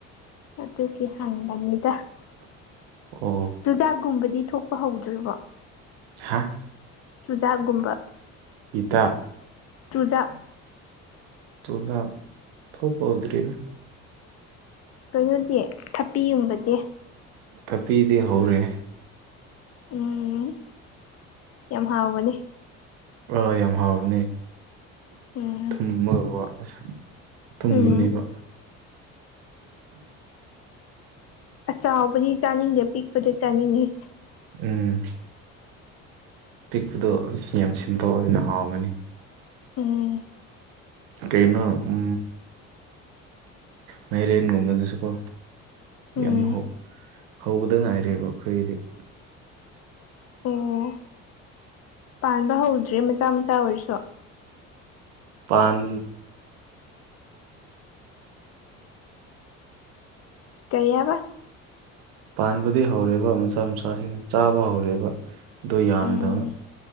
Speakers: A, on the left; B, on the right.
A: ꯑꯗꯨꯒꯤ ꯍꯪꯕꯅꯤꯗ
B: ꯑꯣ
A: ꯆꯨꯖꯥꯛꯀꯨꯝꯕꯗꯤ ꯊꯣꯛꯄ ꯍꯧꯗ꯭ꯔꯤꯕꯣ
B: ꯍꯥꯥ
A: ꯆꯨꯖꯥꯛꯒꯨꯝꯕ
B: ꯄꯤꯇꯥ
A: ꯇꯨꯖꯥ
B: ꯇꯒ ꯊꯣꯗ꯭ꯔꯔꯤꯒ
A: ꯀꯩꯅꯣꯗꯤ ꯊꯄꯤꯒꯨꯝꯕꯗꯤ
B: ꯀꯞꯄꯤꯗꯤ ꯍꯧꯔꯦ
A: ꯎꯝ ꯌꯥꯝ ꯍꯥꯎꯕꯅꯦ
B: ꯑ ꯌꯥꯝ ꯍꯥꯎꯕꯅꯤ
A: ꯎꯝ
B: ꯊꯨꯝꯃꯒ ꯑꯁ ꯇꯨꯝꯕꯅꯦꯕ
A: ꯎꯝ ꯆꯥꯎꯕꯗꯤ ꯆꯥꯅꯤꯡꯗꯦ ꯑꯄꯤꯛꯄꯁꯨ ꯆꯥꯅꯤꯡꯉꯤ
B: ꯎꯝ ꯄꯤꯛꯄꯗꯣ ꯌꯥꯝ ꯁꯤꯝꯄꯜ ꯑꯣꯏꯅ ꯍꯥꯎꯒꯅꯤ
A: ꯎꯝ
B: ꯀꯩꯅꯩꯅꯣ ꯎ ꯃꯦꯔꯤꯟ ꯨꯝꯝꯅꯗꯁꯨ ꯀꯣ
A: ꯎꯝ
B: ꯌꯥꯝ ꯍꯧꯕꯗ ꯉꯥꯏꯔꯕ ꯑꯩꯈꯣꯏꯗꯤ
A: ꯑꯣ ꯄꯥꯟꯕ ꯍꯧꯗ꯭ꯔꯦ ꯃꯆꯥ ꯃꯆꯥ ꯑꯣꯏꯔꯁꯨ
B: ꯄꯥꯟ
A: ꯀꯩꯕ
B: ꯄꯥꯟꯕꯗꯤ ꯍꯧꯔꯦꯕ ꯃꯆꯥ ꯃꯆꯥꯁꯤꯡꯅ ꯆꯥꯕ ꯍꯧꯔꯛꯦꯕ ꯑꯗꯨꯣ ꯌꯥꯝꯗꯕ
A: ꯎꯝ